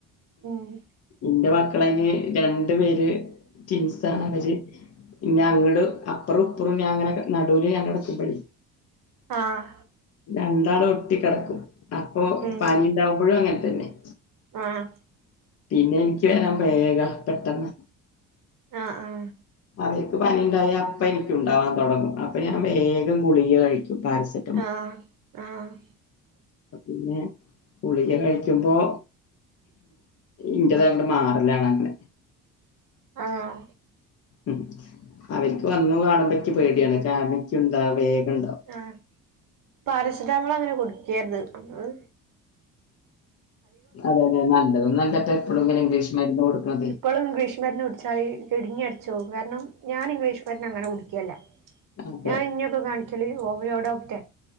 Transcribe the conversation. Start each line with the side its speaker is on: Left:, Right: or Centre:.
Right: ഉം
Left: ഇന്റെ മക്കളെന് രണ്ടു പേര് ടിൻസാണ് അവര് പിന്നെ അങ്ങട് അപ്പറും ഇപ്പറും ഞാൻ അങ്ങനെ നടുല് ഞാൻ കടക്കുമ്പഴേ
Right: ആഹ്
Left: രണ്ടാളും ഒട്ടി കടക്കും അപ്പൊ
Right: ഉം
Left: പനി ഉണ്ടാവുമ്പഴും അങ്ങനെ തന്നെയ്
Right: ആഹ്
Left: പിന്നെ ഇൻക്ക് വരാൻ വേഗ പെട്ടെന്ന്
Right: ആഹ് ആഹ്
Left: അവർക്ക് പനിണ്ടായ അപ്പം ഇൻക്കും ഉണ്ടാകാൻ തൊടങ്ങും അപ്പൊ ഞാൻ വേഗം ഗുളിക കഴിക്കും പാരസെന്റ്
Right: ആഹ് ആഹ്
Left: പിന്നെ ഗുളിക കഴിക്കുമ്പോ ഇന്റെതങ്ങട് മാറലാണ് അങ്ങനെ
Right: ആഹ്
Left: ഉം അവര്ക്ക് വന്നു കാണുമ്പക്ക് പേടിയാണ് കാര്ണ ഇക്ക്ന്ത വേഗം ഇണ്ടാവും.
Right: ആഹ് പാരസെറ്റാമോൾ അങ്ങനെ കൊടുക്കേര്ത് അഹ്
Left: അതെ അതെ നല്ലത് നല്ലതെ എപ്പളും ഇങ്ങനെ ഇംഗ്ലീഷ് മരുന്ന് കൊടുക്കണതെ
Right: പ്പളും ഇംഗ്ലീഷ് മരുന്ന് കുടിച്ചാല് കിഡ്‌നി അടിച്ചോവും കാരണം ഞാൻ ഇംഗ്ലീഷ് മരുന്ന് അങ്ങനെ കുടിക്കേല്ല.
Left: അതെ
Right: ഞാൻ ഇന്നെയൊക്കെ കാണിക്കല് ഓവിയോ ഡോക്ടെ